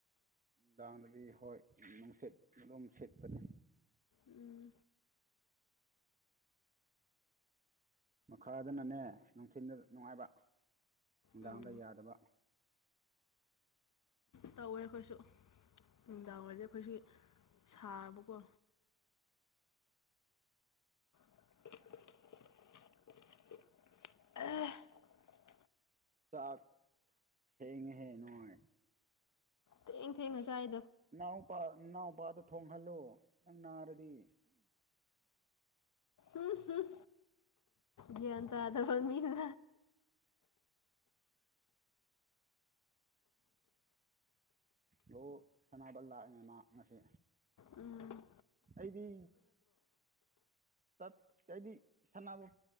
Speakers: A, on the right; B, on the left.
A: ꯅꯨꯡꯗꯥꯡ ꯀꯔꯤ ꯍꯣꯏ ꯅꯨꯡꯁꯤꯠ ꯑꯗꯨꯝ ꯁꯤꯠꯄꯅꯦ
B: ꯎꯝ
A: ꯃꯈꯥꯗꯅꯅꯦ ꯅꯨꯡꯊꯤꯜꯗ ꯅꯨꯡꯉꯥꯏꯕ ꯅꯨꯡꯗꯥꯡꯗ
B: ꯎꯝ
A: ꯌꯥꯗꯕ
B: ꯇꯧꯋꯦ ꯑꯩꯈꯣꯏꯁꯨ ꯅꯨꯡꯗꯥꯡ ꯑꯣꯢꯔꯗꯤ ꯑꯩꯈꯣꯏꯁꯤ ꯁꯥꯔꯕꯀꯣ <unintelligible>
A: ꯆꯥꯛ ꯊꯦꯡꯉꯦꯍꯦ ꯅꯣꯏ
B: ꯊꯦꯡ ꯊꯦꯡꯅ ꯆꯥꯏ
A: ꯅꯥꯎꯄꯥ ꯅꯥꯎꯄꯥꯗ ꯊꯣꯡꯍꯜꯂꯣ ꯅꯪ ꯅꯥꯔꯗꯤ
B: ꯎꯝ ꯍꯝ ꯒ꯭ꯥꯌꯟ ꯇꯥꯗꯕ ꯃꯤꯅ
A: ꯍꯣ ꯁꯥꯅꯕ ꯂꯥꯛꯑꯦ ꯃꯥ ꯉꯁꯤ
B: ꯎꯝ
A: ꯑꯩꯗꯤ ꯆꯠꯇꯦꯗꯤ ꯍꯥꯏꯗꯤ ꯁꯥꯟꯅꯕ